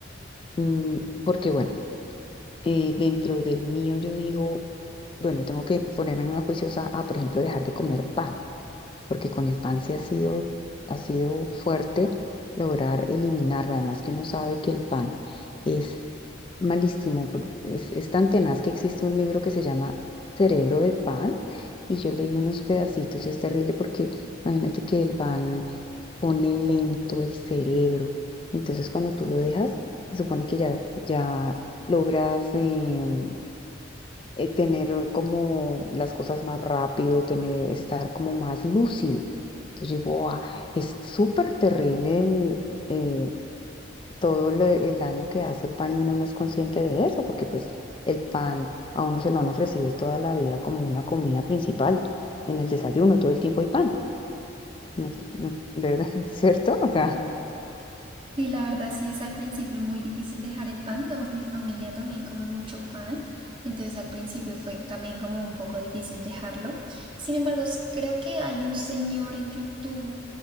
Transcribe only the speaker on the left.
Mm, porque, bueno, eh, dentro del mío yo digo, bueno, tengo que ponerme más juiciosa a, por ejemplo, dejar de comer pan, porque con el pan sí ha sido, ha sido fuerte lograr eliminarlo. Además que uno sabe que el pan es malísimo, por- es, es tan tenaz que existe un libro que se llama Cerebro de Pan y yo leí unos pedacitos y es terrible porque imagínate que el pan pone lento el cerebro. Entonces cuando tú lo dejas, se supone que ya, ya logras... em, eh, tener como las cosas más rápido, tener, estar como más lúcido. Entonces yo digo, "Ah, es súper terrible el, eh, todo lo- el daño que hace el pan y uno no es consciente de eso, porque pues el pan a uno se lo han ofrecido toda la vida como una comida principal. En el desayuno todo el tiempo hay pan, ¿no no- ¿verdad? <laughs> ¿Cierto? O sea,